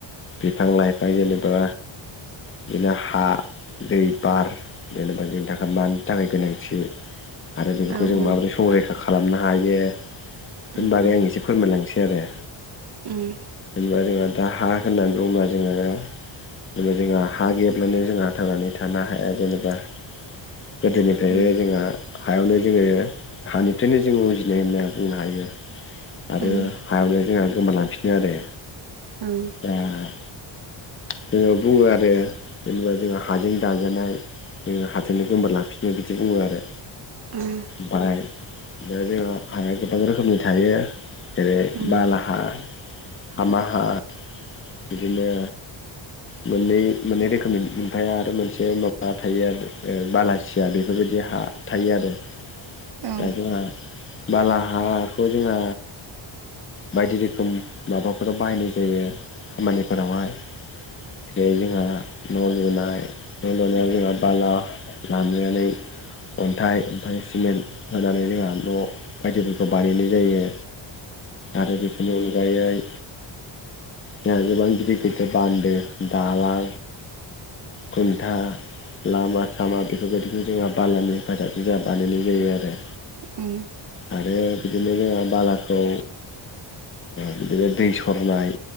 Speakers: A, on the left; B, on the right.
A: बिफां लाइफां जेनेबा बिदिनो हा दै बार जेनेबा जोंनि थाखाय मानि थाखाय गोनांथि आरो बेफोरखौ
B: औ
A: जों
B: औ
A: माबोरै संरैखा खालामनो हायो बेफोरनि
B: उम उम
A: बागै आं एसे फोरमायलांनोसै आरो
B: उम
A: जेनेबा जोंहा दा हा होननानै बुङोब्ला जोङो जेनेबा जोंहा हा गैयाब्लानो जोंहा थांनानै थानो हाया जेनेबा गोदोनिफ्रायनो
B: उम
A: जोंहा हायावनो जोङो हानिफ्रायनो जोङो उजिनाय होनना बुंनो हायो आरो
B: उम
A: हायावनो जोंहा गोमालांफिनो आरो
B: ओं
A: दा जोङो बुङो आरो जेनेबा जोंहा हाजों दाजानाय जों हा जोंनो गोमोर लांफिननो बिदि बुङो आरो
B: उम
A: बाइक बे जोंहा हाया गोबां रोखोमनि थायो जेरै
B: उम
A: बाला
B: औ उम
A: हा हामाहा बिदिनो मोननै मोननै रोखोमनि ओमफ्राय आरो मोनसे माबा थायो आरो ओ बालासिया बेफोरबायदि हा थायो आरो
B: उम औ
A: दा
B: उम
A: जोंहा बाला हाखौ जोंहा बायदि रोखोम माबाफोराव बाहायनाय जायो खामानिफोरावहाय जेरै जोंहा न' लुनाय न' लुनायाव जोंहा बाला लानानै अन्थाइ ओमफ्राय सिमेन्ट होनानै जोंहा न' बायदिफोरखौ बानायनाय जायो आरो बेफोरनि अनगायै जोंहा गोबां गिदिर गिदिर बान्दो दालां खन्था लामा बेफोरबायदिखौ जोंहा बालानि हेफाजाबजों बानायनाय जायो आरो
B: ओम
A: आरो बिदिनो जोंहा बालाखौ बिदिनो दै सरनाय